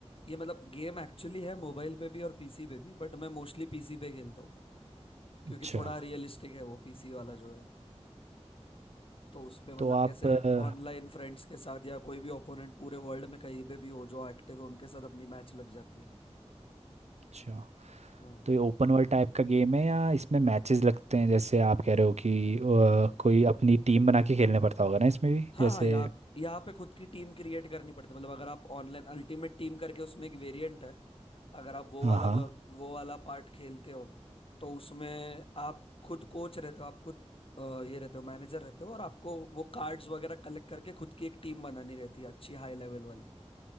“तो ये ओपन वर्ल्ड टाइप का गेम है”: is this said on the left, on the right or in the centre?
Right